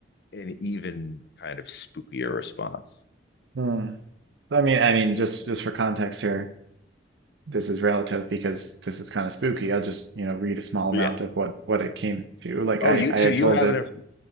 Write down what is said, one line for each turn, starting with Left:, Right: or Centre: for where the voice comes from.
Left: an even kind of spookier response.
Right: Mm. I mean, I mean, just just for context here, this is relative because this is kind of spooky. I'll just, you know, read a small
Left: But
Right: amount
Left: yeah.
Right: of what what it came to. Like
Left: Oh,
Right: I
Left: you
Right: I
Left: so
Right: had
Left: you
Right: told
Left: have
Right: it,
Left: it in,